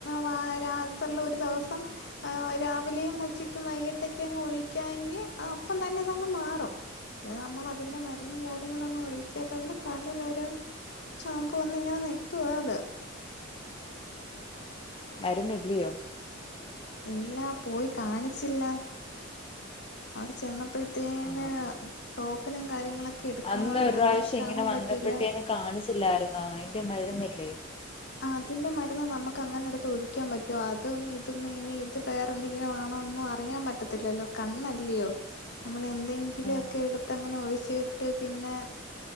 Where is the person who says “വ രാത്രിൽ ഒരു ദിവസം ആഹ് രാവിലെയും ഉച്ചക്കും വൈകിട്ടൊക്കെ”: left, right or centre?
Left